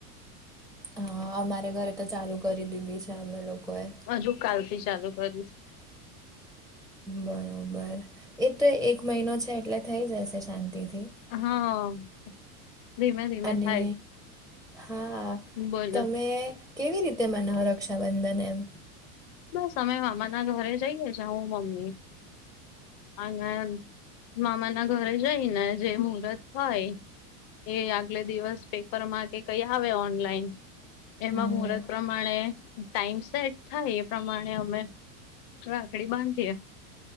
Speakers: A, in the centre; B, on the left.
A: હા અમારે ઘરે તો ચાલુ કરી દીધી છે અમે લોકોએ
B: હજુ કાલ થી ચાલુ કરીશ
A: બરાબર એ તો એક મહિનો છે એટલે થઈ જશે શાંતિથી
B: હા ધીમે ધીમે
A: અને
B: થાય
A: હા
B: બોલો
A: તમે કેવી રીતે મનાવો રક્ષાબંધન એમ
B: બસ અમે મામા ના ઘરે જઈએ છે હું મમ્મી અને મામા ના ઘરે જઈ ને જે મુહર્ત હોય એ આગલે દિવસ પેપર માં કે કઈ આવે ઓનલાઈન એમાં
A: હમ.
B: મુહર્ત પ્રમાણે ટાઈમ સેટ થાય. પ્રમાણે અમે રાખડી બાંધીએ.